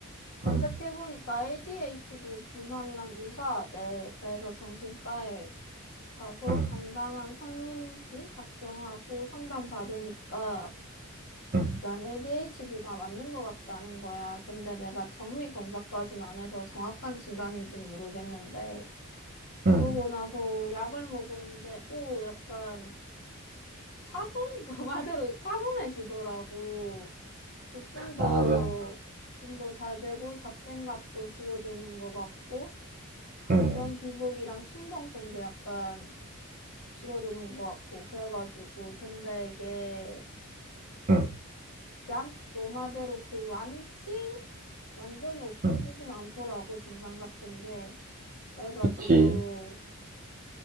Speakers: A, on the left; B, on the right.
A: 검색해보니까
B: 음,
A: ADHD 증상이랑 유사하대. 그래서 정신과에 가서
B: 음,
A: 간단한 설문지 작성하고 상담 받으니까
B: 음,
A: 약간 ADHD가 맞는 것 같다는 거야. 근데 내가 정밀 검사까지는 안 해서 정확한 진단인지는 모르겠는데.
B: 음.
A: 그러고 나서 약을 먹었는데, 오, 약간 차분? <laughs> 너 말대로 차분해지더라고. 집중도
B: 아, 뭐,
A: 좀 더 잘 되고 잡생각도 줄어드는 것 같고, 감정
B: 음,
A: 기복이랑 충동성도 약간 줄어드는 것 같고 그래가지고 근데 이게
B: 음,
A: 약 너마대로 그 완치 완전히 없어지진
B: 음.
A: 않더라고 증상 같은 게 그래가지고
B: 그치.